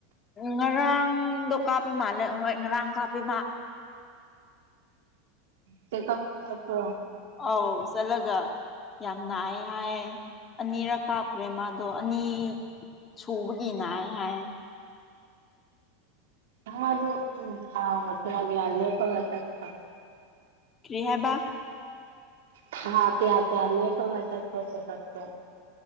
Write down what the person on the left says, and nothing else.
ꯉꯔꯥꯡꯗꯣ ꯀꯥꯞꯄ ꯃꯥꯜꯂꯦ ꯍꯣꯏ ꯉꯔꯥꯡ ꯀꯥꯞꯄꯤ ꯃꯥ
ꯑꯥꯎ ꯆꯠꯂꯒ ꯌꯥꯝ ꯅꯥꯏ ꯍꯥꯏꯌꯦ ꯑꯅꯤꯔꯛ ꯀꯥꯞꯈ꯭ꯔꯦ ꯃꯥꯗꯣ ꯑꯅꯤ ꯁꯨꯕꯒꯤꯅ ꯅꯥꯏ ꯍꯥꯏ
ꯀ꯭ꯔꯤꯍꯥꯢꯕ